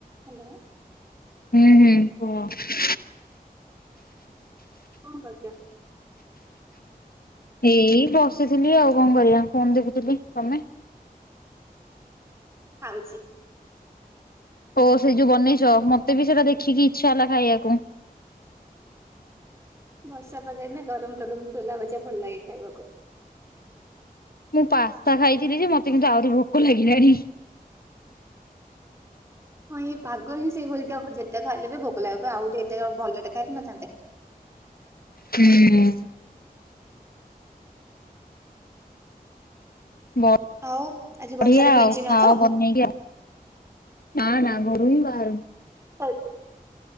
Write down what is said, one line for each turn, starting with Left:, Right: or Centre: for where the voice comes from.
Right: Hello.
Left: ହୁଁ ହୁଁ କୁହ।
Right: କଣ କରୁଛ?
Left: ଏଇ ବସିଥିଲି ଆଉ କଣ କରିବା ଫୋନ୍ ଦେଖୁଥିଲି ତମେ?
Right: ଖାଉଛି।
Left: ଓ ହୋ ସେଇ ଯୋଉ ବନେଇଛ ମତେ ବି ସେଇଟା ଦେଖିକି ଇଚ୍ଛା ହେଲା ଖାଇବାକୁ।
Right: ବର୍ଷା ପାଗରେ ନା ଗରମ ଗରମ ଛୋଲା ଭଜା ଭଲ ଲାଗେ ଖାଇବାକୁ।
Left: ମୁଁ ପାସ୍ତା ଖାଇଥିଲି ଯେ ମତେ କିନ୍ତୁ ଆହୁରି ଭୋକ ଲାଗିଲାଣି।
Right: ହଁ ଏଇ ପାଗ ହିଁ ସେଇଭଳି କା ଯେତେ ଖାଇଲେବି ଭୋକ ଲାଗିବ କହିବ ଆଉ ଟିକେ ଭଲ ଟେ ଖାଇନଥାନ୍ତେ।
Left: ହୁଁ। ବଢିଆ
Right: ଆଉ ଆଜି ବର୍ଷାରେ ଭିଜିନ
Left: ଆଉ ଖାଅ
Right: ତ?
Left: ବନେଇକି ଆଉ। ନା ନା ଘରୁ ହିଁ ବାହାରୁନି।
Right: ହଉ